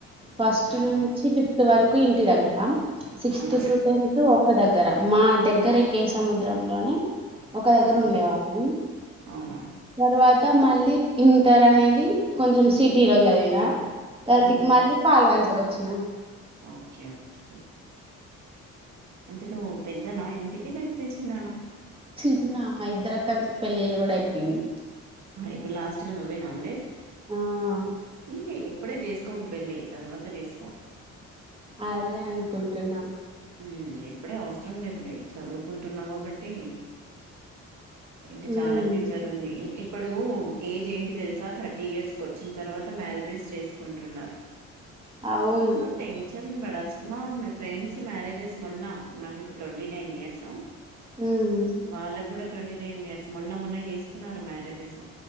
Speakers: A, on the right; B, on the right.
A: ఫస్ట్
B: అవును
A: నుంచి ఫిఫ్త్ వరకు ఇంటి దగ్గర సిక్స్
B: అవునా
A: టు టెన్త్ ఒక దగ్గర మా దగ్గరే కే సముద్రంలోనే ఒక దగ్గర
B: ఆహా
A: ఉండే వాళ్ళం
B: అవునా
A: తర్వాత మళ్ళీ ఇంటర్ అనేది కొంచెం సిటీ లో చదివినా తరితికి
B: ఉమ్,
A: మళ్ళీ పాల్వంచ కోచ్చిన
B: ఓకే ఓకే అంటే నువ్వు పెద్దనా ఇంటికి లేతే చిన్నన
A: చిన్న మా ఇద్దర అక్కలకి పెళ్ళిళ్ళు కూడా అయిపోయినాయి
B: ఇప్పుడు లాస్ట్ గా నువ్వేనా ఉండేది
A: ఆ
B: ఇంక ఇప్పుడే చేసుకోకు పెళ్ళి తర్వాత చేసుకో
A: అదే అనుకుంటున్నా
B: ఉం ఇప్పుడే అవసరం లేదులే చదువుకుంటున్నాం కాబట్టి ఇంకా చాలా
A: ఉమ్
B: ఫ్యూచర్ ఉంది ఇప్పుడు ఏజ్ ఏంటి తెలుసా థర్టీ ఇయర్స్ కి వచ్చిన తర్వాత మ్యారేజెస్ చేసుకుంటున్నారు
A: అవును
B: సో టెన్షన్ పడల్సిన మీ ఫ్రెడ్స్ మ్యారేజెస్ మొన్న నాకు ఇప్పుడు ట్వంటీ నైన్ ఇయర్స్
A: ఉమ్
B: వాళ్లకు కూడా ట్వంటీ నైన్ ఇయర్స్ మొన్న మొన్న చేసుకున్నారు మ్యారేజెస్ హు